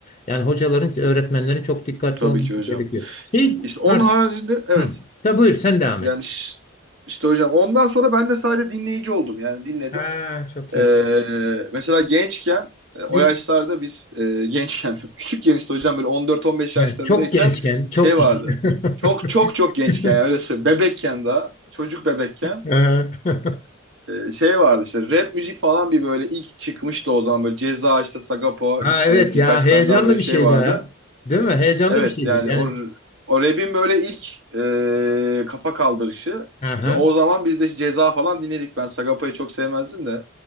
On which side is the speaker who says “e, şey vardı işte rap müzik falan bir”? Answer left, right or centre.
Right